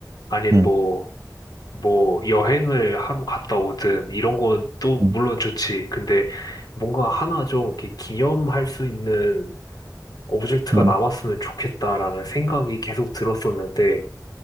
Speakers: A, on the left; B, on the right.
A: 아니면
B: 응,
A: 뭐 뭐 여행을 하러 갔다 오든 이런 건 또
B: 응,
A: 물론 좋지. 근데 뭔가 하나 좀 이렇게 기념할 수 있는 오브젝트가
B: 응,
A: 남았으면 좋겠다라는 생각이 계속 들었었는데